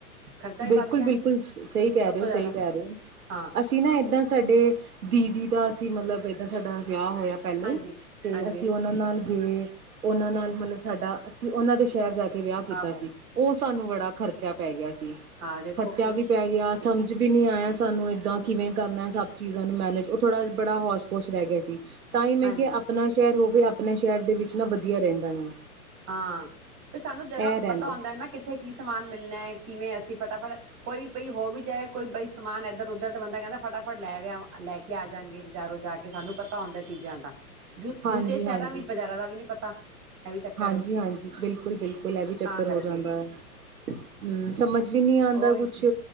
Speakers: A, on the right; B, on the right.
A: ਖਰਚਾ ਵੀ
B: ਬਿਲਕੁਲ,
A: ਵੱਧ ਗਿਆ
B: ਬਿਲਕੁਲ, ਸਹੀ
A: ਸਭ
B: ਕਹਿ ਰਹੇ
A: ਤੋਂ
B: ਹੋ, ਸਹੀ
A: ਜ਼ਿਆਦਾ
B: ਕਹਿ ਰਹੇ ਹੋ।
A: ਹਾਂ
B: ਅਸੀਂ ਨਾ ਇੱਦਾਂ
A: ਤੇ
B: ਸਾਡੇ ਦੀਦੀ ਦਾ ਅਸੀਂ ਮਤਲਬ ਏਦਾਂ ਸਾਡਾ ਵਿਆਹ ਹੋਇਆ ਪਹਿਲੇ,
A: ਹਾਂਜੀ
B: ਤੇ
A: ਹਾਂਜੀ
B: ਅਸੀਂ ਉਹਨਾਂ ਨਾਲ ਗਏ। ਉਹਨਾਂ ਨਾਲ ਮਤਲਬ ਸਾਡਾ, ਅਸੀਂ ਉਹਨਾਂ ਦੇ ਸ਼ਹਿਰ ਜਾ ਕੇ ਵਿਆਹ ਕੀਤਾ
A: ਆਹੋ
B: ਸੀ। ਉਸ ਸਾਨੂੰ ਬੜਾ ਖਰਚਾ ਪੈ ਗਿਆ ਸੀ।
A: ਹਾਂ ਦੇਖੋ
B: ਖਰਚਾ
A: ਫਿਰ
B: ਵੀ ਪੈ ਗਿਆ ਸਮਝ ਵੀ ਨਹੀਂ ਆਇਆ ਸਾਨੂੰ, ਏਦਾਂ ਕਿਵੇਂ ਕਰਨਾ ਸਭ ਚੀਜ਼ਾਂ ਨੂੰ ਮੈਨੇਜ, ਉਹ ਥੋੜ੍ਹਾ ਬੜਾ ਹੋਜ ਪੋਜ ਰਹਿ ਗਿਆ ਸੀ। ਤਾਂਹੀ ਮੈਂ
A: ਹਾਂਜੀ
B: ਕਿਹਾ, ਆਪਣਾ ਸ਼ਹਿਰ ਹੋ ਵੇ ਆਪਣੇ ਸ਼ਹਿਰ ਦੇ ਵਿੱਚ ਨਾ ਵਧੀਆ ਰਹਿੰਦਾ ਆ।
A: ਹਾਂ ਬਸ ਸਾਨੂੰ ਜਗ੍ਹਾ
B: ਇਹ ਰਹਿੰਦਾ
A: ਪਤਾ ਹੁੰਦਾ ਨਾ ਕਿੱਥੇ ਕੀ ਸਮਾਨ ਮਿਲਣਾ ਹੈ। ਕਿਵੇਂ ਅਸੀਂ ਫਟਾਫਟ ਕੋਈ ਬਈ ਹੋ ਵੀ ਜਾਏ ਕੋਈ ਬਈ ਸਮਾਨ ਇੱਧਰ ਉੱਧਰ ਤਾਂ ਬੰਦਾ ਕਹਿੰਦਾ ਫਟਾਫਟ ਲੈਿਆ ਲੈ ਕੇ ਆ ਜਾਂਗੇ ਬਾਜ਼ਾਰੋਂ ਜਾ ਕੇ ਸਾਨੂੰ ਪਤਾ ਹੁੰਦਾ ਚੀਜ਼ਾਂ ਦਾ।
B: ਹਾਂਜੀ-ਹਾਂਜੀ।
A: ਦੂਜੇ ਸ਼ਹਿਰਾਂ ਵਿੱਚ ਬਜ਼ਾਰਾਂ ਦਾ ਵੀ ਨੀ ਪਤਾ। ਇਹ ਵੀ ਚੱਕਰ
B: ਹਾਂਜੀ-ਹਾਂਜੀ।
A: ਏ
B: ਬਿਲਕੁਲ, ਬਿਲਕੁਲ। ਇਹ ਵੀ ਚੱਕਰ
A: ਤਾਂ ਕਰਕੇ
B: ਹੋ ਜਾਂਦਾ ਹੈ। ਹੂੰ ਸਮਝ ਵੀ ਨਹੀਂ ਆਉਂਦਾ
A: ਉਹੀ
B: ਕੁਛ
A: ਤੇ